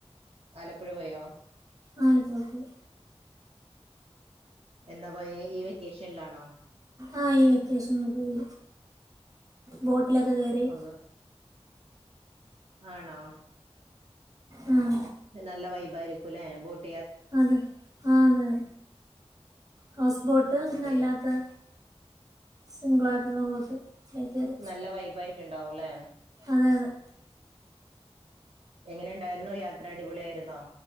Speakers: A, on the right; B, on the right.
A: ആലപ്പുഴ പോയോ
B: ആലപ്പുഴ പോയി
A: എന്നാ പോയ ഈ വെക്കേഷനിലാണോ
B: ആഹ് ഈ വെക്കേഷനിൽ പോയി ബോട്ടിലൊക്കെ കേറി
A: അത് ആണോ
B: ഉം
A: നല്ല വൈബായിരിക്കുംല്ലെ ബോട്ട
B: അതെ ആ അതെ അതെ ഹൗസ് ബോട്ട്
A: ഓക്കെ
B: പിന്നെ അല്ലാത്ത സിംഗിളായിട്ടുള്ള ബോട്ട് കയറി
A: നല്ല വൈബ് ആയിട്ടുണ്ടാവുല്ലേ
B: അതെ അതെ
A: എങ്ങനെണ്ടായിരുന്നു യാത്ര അടിപൊളിആയിരുന്നോ